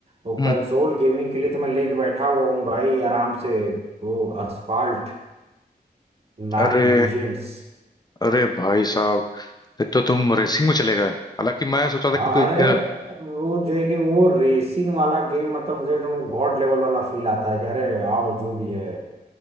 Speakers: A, on the right (about 35°); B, on the left (about 25°).
A: वो
B: हम्म
A: कंसोल गेमिंग के लिए तो मैं लेके बैठा हुआ हूँ भाई आराम से वो असफाल्ट नाइन
B: अरे
A: लीजेंड्स
B: अरे भाई साहब ये तो तुम रेसिंग में चले गए हालांकि मैं सोचा था कि
A: अरे
B: कोई एक-
A: वो जो है कि वो रेसिंग वाला गेम मतलब मुझे तो वो गॉड लेवल वाला फील आता है कि अरे आओ जो भी है